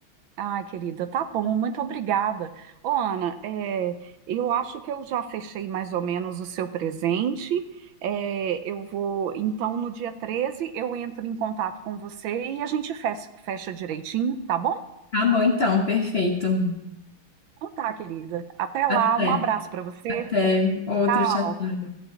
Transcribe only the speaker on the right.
Ai, querida, tá bom, muito obrigada. Ô, Ana, é, eu acho que eu já fechei mais ou menos o seu presente. É, eu vou, então, no dia 13 eu entro em contato com você e a gente fecha, fecha direitinho, tá bom?
Então tá, querida. Até lá,
um abraço pra você.
Tchau.